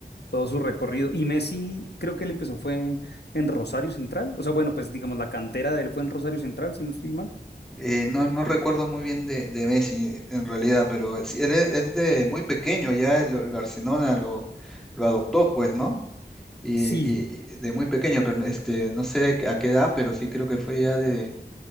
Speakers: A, on the left (about 75°); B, in the centre.
A: todo su recorrido. Y Messi, creo que él empezó fue en en Rosario Central. O sea, bueno, pues digamos, la cantera de él fue en Rosario Central, si no estoy mal.
B: Eh, no, no recuerdo muy bien de, de Messi en realidad, pero sí, él, él de muy pequeño ya el el Barcelona lo, lo adoptó, pues, ¿no? y,
A: Sí,
B: y de muy pequeño, pero este, no sé a qué edad, pero sí creo que fue ya de,